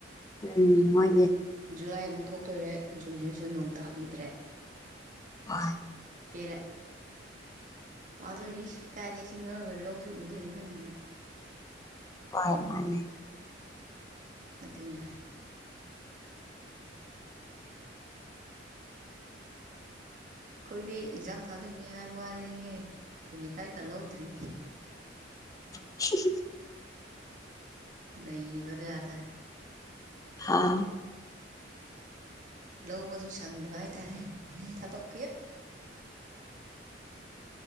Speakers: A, on the left; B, on the right.
A: ꯎꯝ ꯍꯣꯏ
B: ꯖꯨꯂꯥꯏ ꯑꯃꯨꯛ ꯊꯣꯛꯇꯔꯦ ꯖꯨꯟꯁꯤ ꯁꯨ ꯅꯣꯡ ꯇꯥꯕꯤꯗ꯭ꯔꯦ
A: ꯍ
B: ꯄꯦꯔꯦ ꯋꯥꯗꯣꯏꯔꯤ ꯀꯥꯏꯗꯒꯤꯩ ꯏꯁꯤꯡ ꯂꯧꯔꯒ ꯂꯧꯁꯤ ꯎꯗꯣꯏꯁꯤ ꯈꯪꯗꯕꯣꯏ
A: ꯍꯣꯏ ꯃꯥꯅꯦ
B: ꯑꯗꯨꯅ ꯎ ꯑꯩꯈꯣꯏꯗꯤ ꯑꯦꯛꯖꯥꯝ ꯊꯥꯗꯣꯏꯅꯦ ꯍꯥꯏꯕ ꯋꯥꯅꯤꯍꯦ ꯏꯚ ꯀꯥꯏ ꯀꯥ ꯂꯧꯗ꯭ꯔꯤ
A: <unintelligible>
B: ꯂꯩꯩꯕꯗ ꯌꯥꯗ
A: ꯍꯥꯥ
B: ꯂꯕꯨ ꯁꯪꯗꯋꯥꯏ ꯇꯥꯏꯦ ꯊꯄꯛ